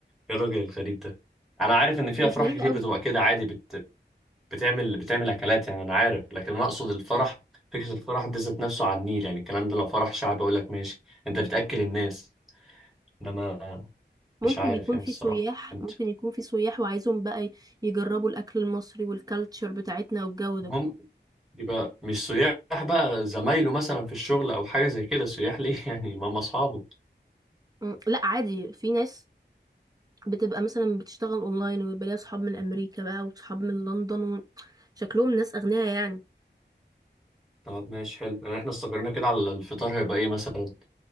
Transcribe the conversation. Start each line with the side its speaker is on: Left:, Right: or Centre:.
Centre: إيه الراجل الغريب ده انا عارف ان في
Right: مش
Centre: افراح
Right: غريبه
Centre: كتير
Right: قوي
Centre: بتبقى كده عادي بت... بتعمل بتعمل اكلات يعني انا عارف لكن انا اقصد الفرح فكرة الفرح دي ذات نفسه على النيل يعني الكلام ده لو فرح شعبي اقول لك ماشي انت بتأكل الناس انا
Right: ممكن
Centre: مش عارف
Right: يكون
Centre: يعني
Right: في
Centre: الصراحة
Right: سياح
Centre: انت
Right: ممكن يكون في سياح وعايزهم بقى يجربوا الاكل المصري والكالتشر بتاعتنا والجو ده
Centre: ممكن يبقى مش سياح بقى زمايله مثلا في الشغل او حاجة زي كده سياح ليه <laughs> يعني ما هم اصحابه
Right: م، لا عادي في ناس بتبقى مثلا بتشتغل اونلاين ويبقى ليها صحاب من امريكا بقى وصحاب من لندن و... شكلهم ناس اغنياء يعني
Centre: طب ماشي حلو يعني احنا استقرينا كده على الفطار هيبقى ايه مثلا